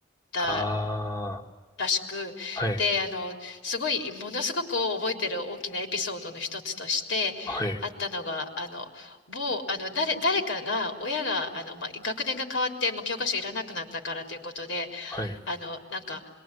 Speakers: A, on the left; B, on the left.
A: た。
B: あ
A: らしく、
B: あ、はい。
A: で、あの、すごい、ものすごく覚えてる大きなエピソードの一つとしてあったのが、
B: はい。
A: あの、某、あの、誰、誰かが、親が、あの、まあ、学年が変わって、もう教科書いらなくなったからということで、
B: はい。
A: あの、なんか、